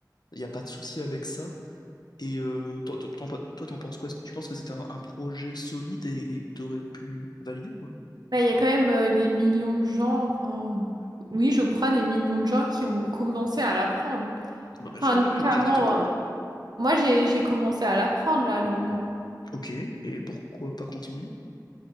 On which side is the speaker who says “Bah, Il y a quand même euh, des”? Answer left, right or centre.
Right